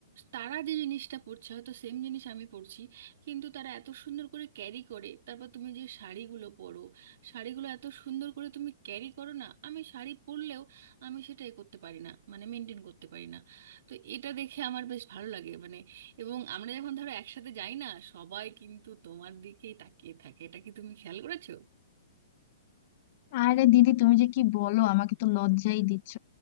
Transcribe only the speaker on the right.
তারা যে জিনিসটা পরছে হয়তো সেম জিনিস আমি পরছি কিন্তু তারা এত সুন্দর করে ক্যারি করে তারপর তুমি যে শাড়িগুলো পরো শাড়িগুলো এত সুন্দর করে তুমি ক্যারি করো না আমি শাড়ি পরলেও আমি সেটাই করতে পারি না মানে মেনটেন করতে পারি না তো এটা দেখে আমার বেশ ভালো লাগে মানে এবং আমরা যখন ধরো একসাথে যাই না সবাই কিন্তু তোমার দিকেই তাকিয়ে থাকে এটা কি তুমি খেয়াল করেছো